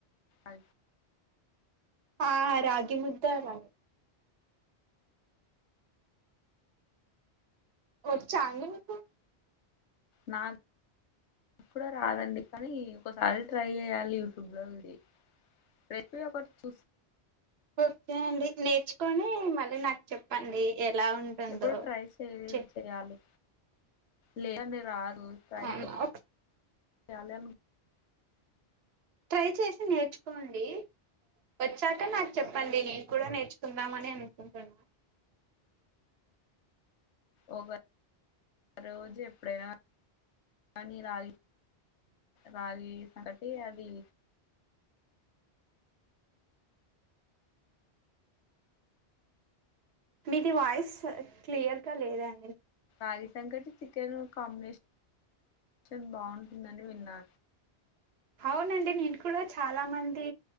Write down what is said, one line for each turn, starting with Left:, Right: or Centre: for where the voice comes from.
Left: అ
Right: ఆ రాగి ముద్ద రా వచ్చండి మీకు
Left: నాక్ డ రాదండి కానీ ఒకసారి ట్రై చేయాలి యూట్యూబ్లో ఇది రెసిపీ ఒకటి చూస్
Right: ఓకే అండి నేర్చుకొని మళ్ళీ నాక్ చెప్పండి ఎలా ఉంటుందో
Left: ఎప్పుడు ట్రై చేయలేదు
Right: చె
Left: చేయాలి లేదంటే రాదు ట్రై
Right: అవునా ఒక
Left: యాలం
Right: ట్రై చేసి నేర్చుకోండి వచ్చాకా నాక్ చెప్పండి నేను కూడా నేర్చుకుందామనె అనుకుంటున్నా
Left: ఒక రోజు ఎప్పుడైనా కానీ రా రాగి సంగటి అది
Right: మీది వాయిస్ క్లియర్గా లేదాండి
Left: అది సంకటి చికెన్ కాంబినేషన్ షన్ బాగుంటుందని విన్నా
Right: అవునండి నేను కూడా చాలా మంది